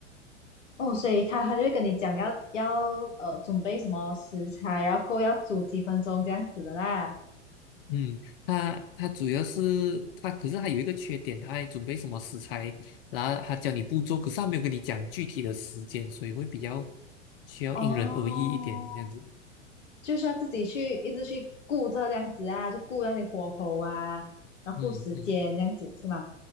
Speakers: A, on the left; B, on the left.
A: 哦，所以他他就会跟你讲要要呃准备什么食材，然后够要煮几分钟这样子的啦。
B: 嗯，他他主要是他，可是他有一个缺点，他还准备什么食材，然后他教你步骤，可是他没有跟你讲具体的时间，所以会比较需要因人而异一点这样子。
A: 哦，就是要自己去一直去顾这样子啊，就顾那些火候啊，然后顾时间这样子是吗？
B: 嗯嗯